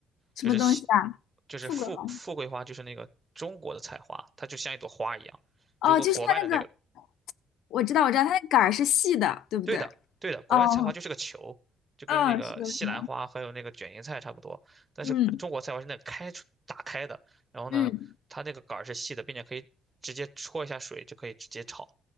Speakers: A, on the left (about 70°); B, on the right (about 20°).
A: 什么东西啊？
B: 就是西就是富富贵花，
A: 富贵好像
B: 就是那个中国的菜花，它就像一朵花一样。
A: 哦，
B: 如果国外的那个
A: 就是它那个，我知道我知道，它那杆儿是细的，对不对？
B: 对的，对的，国外菜花就是个球，
A: 哦，
B: 就跟那个西兰花还有那个卷心菜差不多。
A: 嗯，是的，是的，
B: 但是中国菜花是那个开出打开的，
A: 嗯
B: 然后呢，
A: 嗯
B: 它那个杆儿是细的，并且可以直接戳一下水就可以直接炒